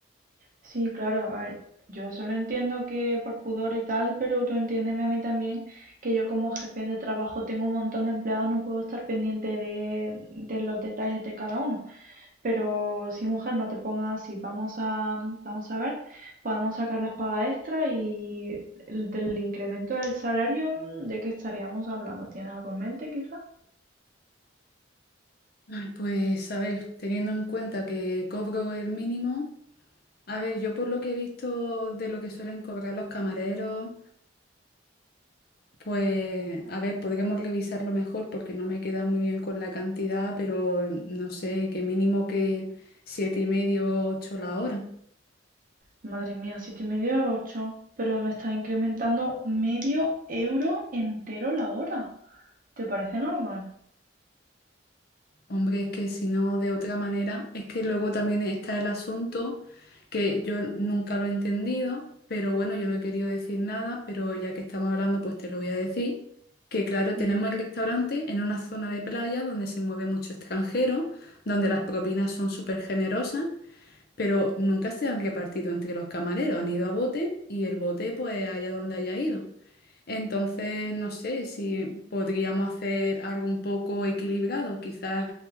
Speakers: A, on the right (about 45°); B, on the left (about 50°).
A: Sí, claro, a ver, yo solo entiendo que por pudor y tal, pero tú entiéndeme a mí también que yo como jefe de trabajo tengo un montón de empleados, no puedo estar pendiente de, de los detalles de cada uno. Pero sí, mujer, no te pongas así, vamos a, vamos a ver, podemos sacar las pagas extra y el, del incremento del salario, mm, ¿de qué estaríamos hablando? ¿Tienes algo en mente quizá?
B: Ay, Pues a ver, teniendo en cuenta que cobro el mínimo, a ver, yo por lo que he visto de lo que suelen cobrar los camareros. Pues, a ver, podríamos revisarlo mejor porque no me queda muy bien con la cantidad, pero no sé, que mínimo que siete y medio, ocho la hora.
A: Madre mía, siete y medio, ocho, pero me está incrementando medio euro entero la hora. ¿Te parece normal?
B: Hombre, es que si no, de otra manera, es que luego también está el asunto que yo nunca lo he entendido, pero bueno, yo no he querido decir nada, pero ya que estamos hablando, pues te lo voy a decir, que claro,
A: Dije,
B: tenemos el restaurante en una zona de playa donde se mueve mucho extranjero, donde las propinas son súper generosas. pero nunca se han repartido entre los camareros, han ido a bote y el bote pues allá donde haya ido. Entonces, no sé si podríamos hacer algo un poco equilibrado, quizás